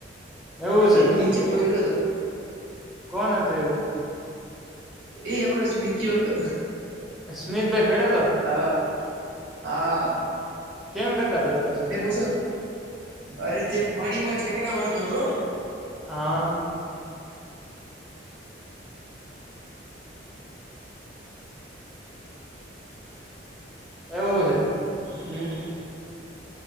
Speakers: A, in the centre; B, on the right.
A: એવું છે
B: એક નીચે પયડો હતો
A: કોણ હતું એવુ
B: એ અમારો સ્મતિઓ તો
A: સ્મિતભાઈ પડ્યો તો
B: હા હા
A: કેમ કરતા દોસ્ત
B: મેં પૂછો અરે તે પાણી માં ઠેકડા મારતો હતો.
A: હા. એવું છે.
B: હમ.